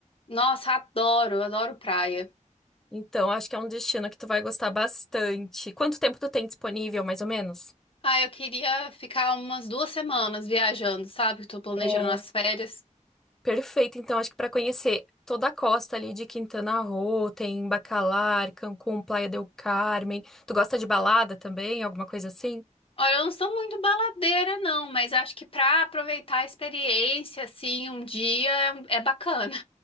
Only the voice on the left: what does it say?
Nossa, adoro, adoro praia.
Ah, eu queria ficar umas duas semanas viajando, sabe? que Tô planejando
as férias.
Olha, eu não sou muito baladeira, não, mas acho que pra aproveitar a experiência, assim, um dia é é bacana.